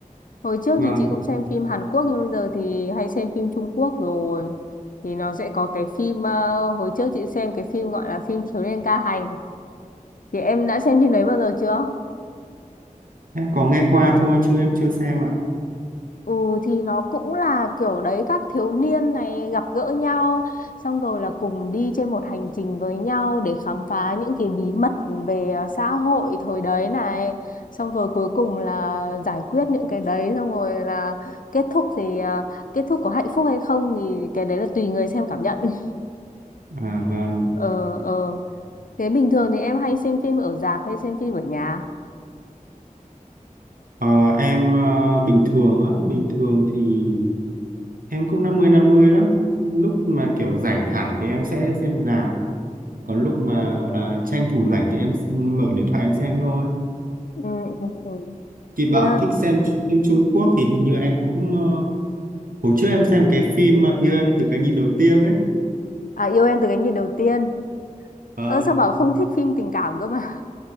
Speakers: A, on the left (about 75°); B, on the right (about 80°).
A: Hồi trước
B: vâng
A: thì chị cũng xem phim Hàn Quốc nhưng bây giờ thì hay xem phim Trung Quốc rồi. Thì nó sẽ có cái phim ờ, hồi trước chị xem cái phim gọi là phim Thiếu niên ca hành. Thì em đã xem phim đấy bao giờ chưa?
B: em có nghe qua thôi chứ em chưa xem ạ
A: Ừ thì nó cũng là kiểu đấy các thiếu niên này gặp gỡ nhau xong rồi là cùng đi trên một hành trình với nhau để khám phá những cái bí mật về à, xã hội thời đấy này xong rồi cuối cùng là giải quyết những cái đấy xong rồi là kết thúc thì à, kết thúc có hạnh phúc hay không thì cái đấy là tùy người xem cảm nhận. <laughs>
B: à vâng
A: Ờ ờ thế bình thường thì em hay xem phim ở rạp hay xem phim ở nhà?
B: Ờ, em ờ, bình thường á bình thường thì em cũng năm mươi năm mươi lắm lúc mà kiểu rảnh hẳn thì em sẽ xem rạp còn lúc mà gọi là tranh thủ rảnh thì em s- mở điện thoại em xem thôi
A: Ừ ừ ừ.
B: Chị bảo
A: Yeah.
B: thích xem phim Trung Quốc thì hình như em cũng ờ, hồi trước em xem cái phim mà Yêu em từ cái nhìn đầu tiên ấy.
A: À yêu em từ cái nhìn đầu tiên.
B: Ờ,
A: Ơ sao bảo không thích phim tình cảm cơ mà.